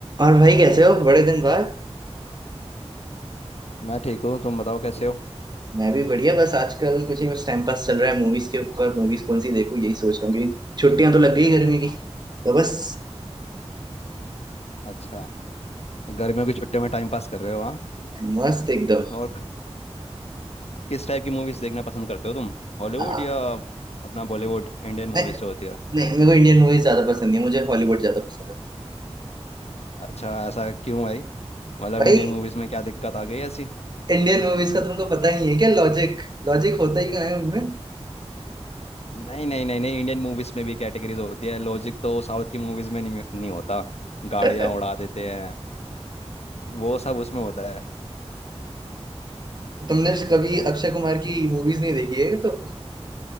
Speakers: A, on the right; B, on the left.
A: और भाई कैसे हो बड़े दिन बाद
B: मैं ठीक हूँ तुम बताओ कैसे हो
A: मैं भी बढ़िया बस आजकल कुछ नहीं बस टाइम पास चल रहा है मूवीज के ऊपर मूवीज कौन सी देखूं यही सोच रहा हूँ कि छुट्टियां तो लग गई गर्मी की तो बस
B: अच्छा गर्मियों की छुट्टियों में टाइम पास कर रहे हो हाँ
A: मस्त एकदम
B: और क- किस टाइप की मूवीज देखना पसंद करते हो तुम हॉलीवुड
A: आ,
B: या अपना बॉलीवुड इंडियन मूवीज
A: नहीं
B: जो होती है
A: नहीं मेरे को इंडियन मूवीज ज्यादा पसंद नहीं है मुझे हॉलीवुड ज्यादा पसंद है
B: अच्छा ऐसा क्यों भाई मतलब
A: भाई
B: इंडियन मूवीज में क्या दिक्कत आ गई ऐसी
A: इंडियन मूवीज का तुमको पता ही नहीं है क्या लॉजिक लॉजिक होता ही कहाँ है उनमें
B: नहीं नहीं नहीं नहीं इंडियन मूवीज में भी कैटेगरीज होती है लॉजिक तो साउथ की मूवीज में नहीं, नहीं होता गाड़ियाँ
A: <laughs>
B: उड़ा देते हैं वो सब उसमें होता है
A: तुमने कभी
B: अ,
A: अक्षय कुमार की मूवीज नहीं देखी है तो